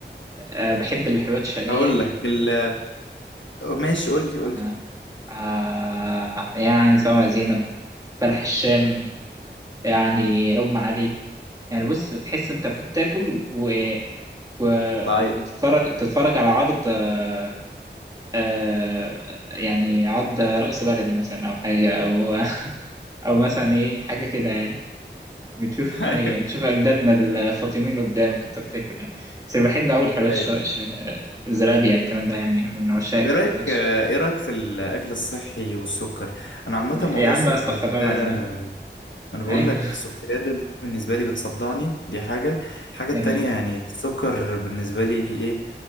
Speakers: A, on the right; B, on the left.
A: آه، بحب الحلويات الشرقية
B: هقول لك ال... ماشي قول لي قول
A: آه.
B: لي
A: آه. يعني سواء زينب بلح الشام يعني أم علي يعني بص تحس أنت فوت تاكل و... و...
B: بتعيط
A: وتتفرج تتفرج على عرض آه... آه... يعني عرض رأس بلدي مثلا أو حاجة أو <laughs> أو مثلا إيه حاجة كده يعني بتشوف
B: <laughs> ايوه
A: أي بتشوف أجدادنا الفاطميين قدامك أنت بتاكل يعني بس أنا بحب أوي الحلويات
B: ايوه
A: الش... الش... الزلابية الكلام ده يعني يعني من عشاق الحلويات
B: ايه رايك
A: الش-
B: ايه رايك في الاكل الصحي والسكر انا عامه موضوع
A: يا عم
B: السكريات
A: بقى استغفر الله
B: ده
A: العظيم
B: انا بقول
A: أي
B: لك السكريات ده بالنسبه لي بتصدعني دي حاجه الحاجه
A: جميل
B: التانية يعني السكر بالنسبه لي ايه